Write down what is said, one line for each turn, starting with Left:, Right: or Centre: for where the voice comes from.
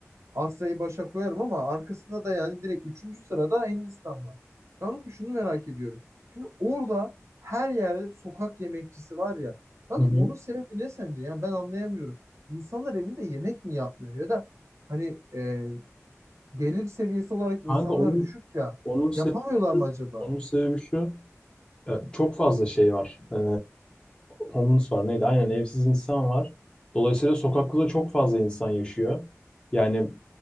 Right: Asya'yı başa koyarım ama arkasında da yani direkt üçüncü sırada Hindistan var. Kanka şunu merak ediyorum. Şimdi orada her yerde sokak yemekçisi var ya. Kanka
Left: hı hı.
Right: bunun sebebi ne sence? Yani ben anlayamıyorum. İnsanlar evinde yemek mi yapmıyor ya da Hani e, gelir seviyesi olarak insanlar
Left: Kanka onun
Right: düşük ya.
Left: onun sebebi
Right: Yapamıyorlar
Left: şu,
Right: mı acaba?
Left: onun sebebi şu. Ya, çok fazla şey var. Ee, homeless var. Neydi? Aynen evsiz insan var. Dolayısıyla sokakta da çok fazla insan yaşıyor. Yani